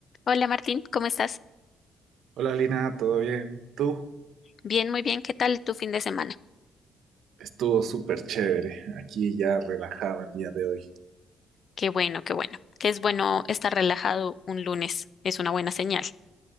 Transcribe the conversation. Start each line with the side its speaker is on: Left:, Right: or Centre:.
Left: Hola Martín, ¿cómo estás?
Right: Hola Lina, ¿todo bien? ¿Tú?
Left: Bien, muy bien. ¿Qué tal tu fin de semana?
Right: Estuvo súper chévere, aquí ya relajado el día de hoy.
Left: Qué bueno, qué bueno. Que es bueno estar relajado un lunes. Es una buena señal.